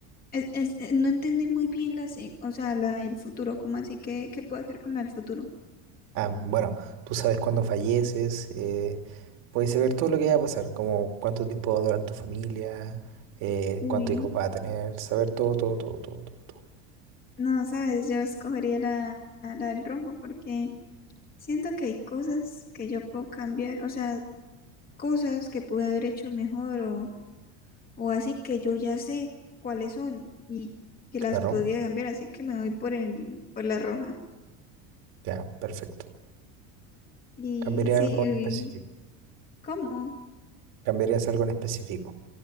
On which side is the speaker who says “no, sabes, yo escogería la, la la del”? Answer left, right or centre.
Left